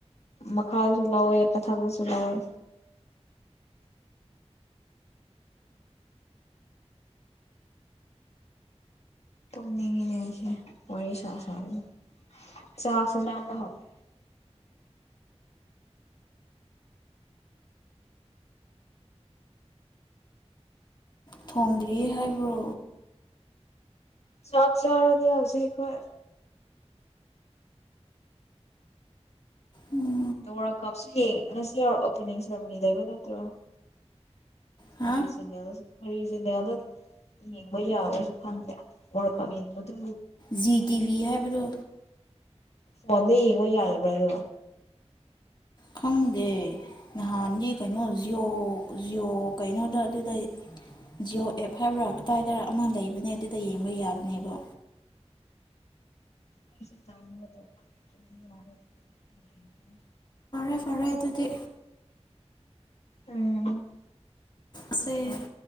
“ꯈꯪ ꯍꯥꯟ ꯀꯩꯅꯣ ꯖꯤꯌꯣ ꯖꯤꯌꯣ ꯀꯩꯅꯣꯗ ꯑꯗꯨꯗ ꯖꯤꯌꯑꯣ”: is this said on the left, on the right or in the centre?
Left